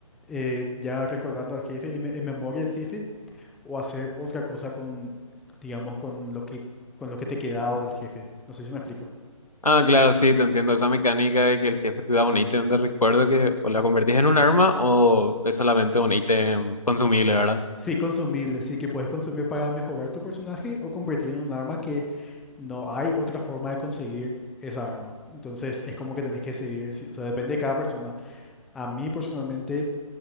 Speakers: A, in the centre; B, on the left.
A: eh, ya recordando al jefe, en, me- en memoria del jefe, o hacer otra cosa con, digamos, con lo que, con lo que te quedaba del jefe. No sé si me explico.
B: Ah, claro, sí, te entiendo esa mecánica de que el jefe te da un ítem de recuerdo que o la convertís en un arma o es solamente un ítem consumible, ¿verdad?
A: Sí, consumible, sí, que puedes consumir para mejorar tu personaje o convertir en un arma que no hay otra forma de conseguir esa arma. Entonces es como que tenés que decidir, si- o sea, depende de cada persona. A mí personalmente